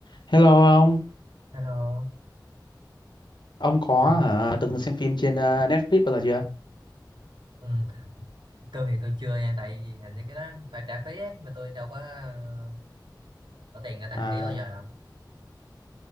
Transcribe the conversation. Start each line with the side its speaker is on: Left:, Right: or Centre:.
Left: Hello ông,
Right: Hello,
Left: ông có
Right: sao?
Left: hả, từng xem phim trên ờ, Netflix bao giờ chưa?
Right: Ừ. Tôi thì tôi chưa nha, tại vì hình như cái đó phải trả phí ấy, mà tôi đâu có ờ, bỏ tiền ra đăng
Left: À,
Right: ký bao giờ đâu.